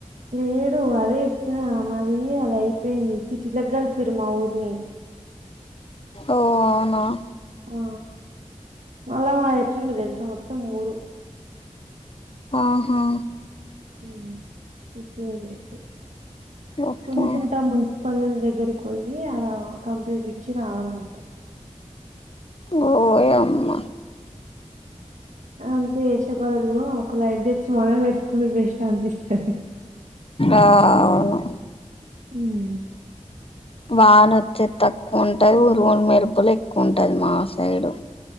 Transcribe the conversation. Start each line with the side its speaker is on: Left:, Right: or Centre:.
Right: లేడు అదే చెప్పిన మాది అది అయిపోయింది సిటీలకలిపిరు మా ఊరిని.
Left: ఓ అవునా.
Right: ఆ మళ మా ఎట్ల ఉంది తెల్సా మొత్తం మఊరు.
Left: ఆహా.
Right: ఉ హు ఇట్లుంది
Left: ఓకే
Right: తూముకుంట ఉప్పల్ దగ్గరికి పోయి అడా కంప్లైంట్ ఇచ్చి రావాలంట.
Left: ఓయమ్మ.
Right: అదంతా చేసేబదులు ఒక లైట్ తెచ్చి మనమే పెట్టుకుంటే బెస్ట్ అనిపిస్తది.
Left: అవును.
Right: మ్మ్
Left: వాన వచ్చేద్ తక్కువ ఉంటది ఉరుములు మెరుపులు ఎక్కువ ఉంటది మా సైడు.